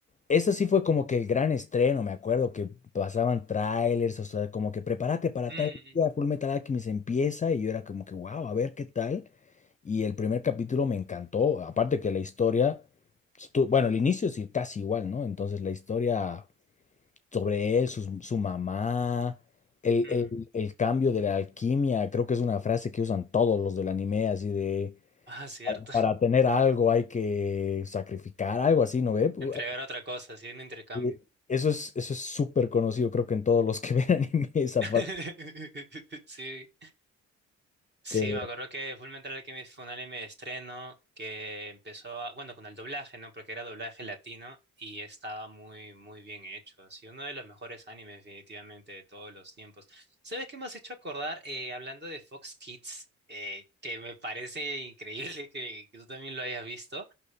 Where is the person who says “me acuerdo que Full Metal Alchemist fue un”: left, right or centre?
Right